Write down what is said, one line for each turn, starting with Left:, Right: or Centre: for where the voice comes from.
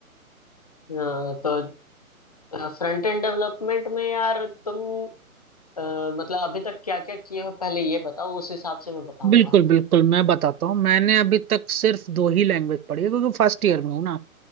Left: अ, तो फ्रंट एंड डेवलपमेंट में यार तुम अ, मतलब अभी तक क्या क्या किए हो पहले ये बताओ उस हिसाब से मैं बताऊंगा
Right: बिल्कुल बिल्कुल मैं बताता हूँ मैंने अभी तक सिर्फ दो ही लैंग्वेज पढ़ी है क्योंकि फर्स्ट ईयर में हूँ ना